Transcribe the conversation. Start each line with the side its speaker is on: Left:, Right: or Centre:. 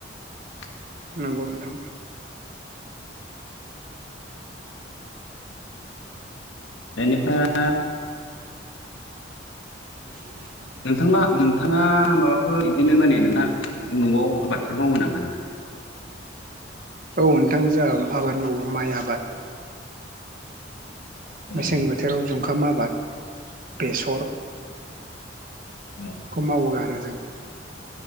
Left: <unintelligible>
Right: नंगौ नोंथां
Left: बेनिफ्राय
Right: <unintelligible>
Left: नोंथां नोंथाङा माबाफोर बिदिनो माने नोंहा न'आव आबादफोर मावो नामा नोंथां? <unintelligible>
Right: औ नोंथां जोया आबाद मावो माइ आबाद
Left: ओ
Right: मेसें बोथोराव जुंखाम आबाद बेसर
Left: ओ
Right: खौ मावो आरो जों